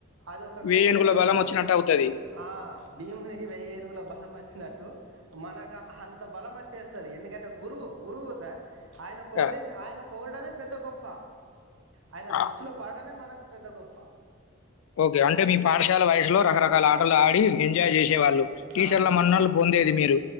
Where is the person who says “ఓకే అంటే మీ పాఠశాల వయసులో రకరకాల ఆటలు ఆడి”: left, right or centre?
Left